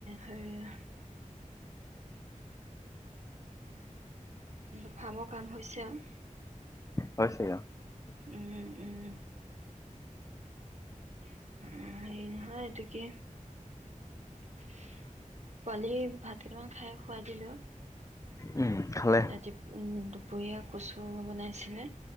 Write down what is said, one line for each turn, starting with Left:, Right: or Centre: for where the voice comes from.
Right: হেৰি-অহ <unintelligible> ফাৰ্মৰ কাম হৈছে আৰু।
Left: হৈছে আৰু।
Right: উম, উম। উম, হেৰি নহয়, এইটো কি, পোৱালি ভাত কেইটামান খাই, শুৱাই দিলোঁ।
Left: উম, খালে।
Right: ৰাতি উম, টো দুপৰীয়া কচু বনাইছিলে,